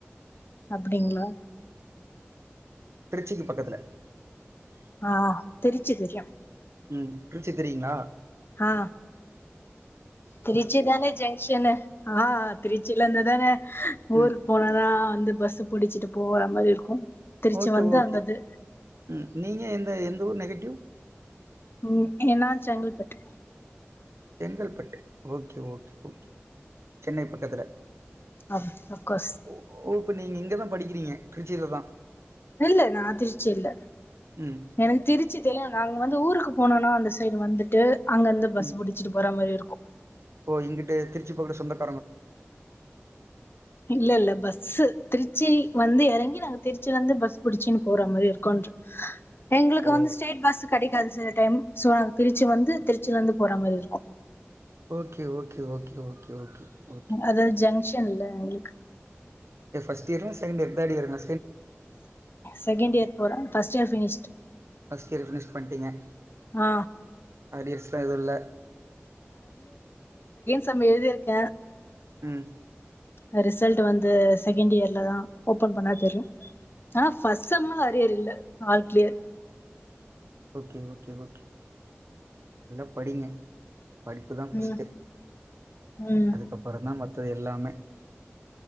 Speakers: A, on the left; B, on the right.
A: அப்டிங்ளா
B: ட்ருச்சிக்கு பக்கத்துல
A: ஆ திருச்சு தெரியு
B: உம் ட்ருச்சு தெரியீங்ளா
A: ஹா திருச்சி தானே ஜங்க்ஷனு ஹா திருச்சில இந்து தானே
B: ம்.
A: ஊருக் போனாதா வந்து பஸ்ஸு புடிச்சிட்டு போற மா இருக்கு திருச்சி
B: ஓகே
A: வந்து
B: ஓகே
A: அங்கது
B: உம் நீங்க எந் த எந்த ஊர் நெகட்டிவ்
A: உம் எனா Chengalpattu
B: Chengalpattu okay okay okay Chennai பக்கத்துல
A: அஃப் அஃப் கோஸ்
B: ஓ ஓ இப்ப நீங்க இங்கதா படிக்கிறீங்க திருச்சில தா
A: இல்ல நா திருச்சி இல்ல
B: ம்
A: எனக்கு திருச்சி தெரியு நாங்க வந்து ஊருக் க்கு போனனா அந்த சைடு வந்துட்டு அங்க இருந்து பஸ்
B: ம்
A: புடிச்சிட்டு போற மாரி இருக்கு
B: ஓ இங்கிட்டு திருச்சி போகிட சொந்தக்
A: இல்லல்ல பஸ்சு திருச் ச்சி வந்து எறங்கி நாங்க திருச்சில இருந்து பஸ் பிடிச்சின்னு போற மாரி இருக்கு எங்களுக்கு
B: ஓ
A: வந்து ஸ்டேட் பஸ் கெடைக்காது சில டைம் சோ நாங்க திருச்சி வந்து திருச்சில இருந்து போற மாரி இருக்கு
B: okay okay okay okay okay okay
A: அதாது ஜங்ஷன் இல்ல எங்களுக்கு
B: இது ஃபர்ஸ்ட் இயரா செகண்ட் இயர் தேட் இயருங்ளா
A: செகெண்ட் இயர் போர first year finished
B: first year finish பன்ட்டீங்க
A: ஆ
B: அரியர்ஸ் இப்ப அதுல்ல
A: சம் எழுதிருக்க
B: ம்
A: அ ரிசல்ட்டு வந்து செகண்ட் இயர்லதா ஓப்பன் பண்ணா தெரியு ஆ ஃபஸ்ட் செம்ல அரியர் இல்ல all clear
B: okay okay okay நல்லா படிங்க படிப்புதா ஃபஸ்ட்டு
A: ம் ம்
B: அதுக்கப்பறந்தா மத் பது எல்லாமே